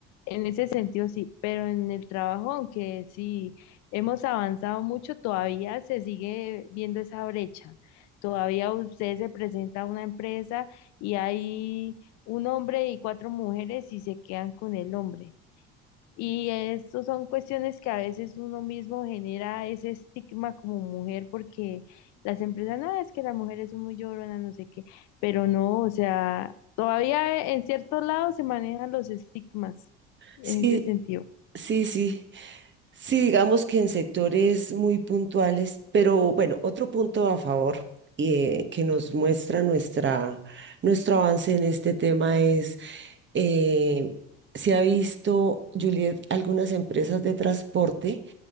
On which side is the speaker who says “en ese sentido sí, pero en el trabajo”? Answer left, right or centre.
Left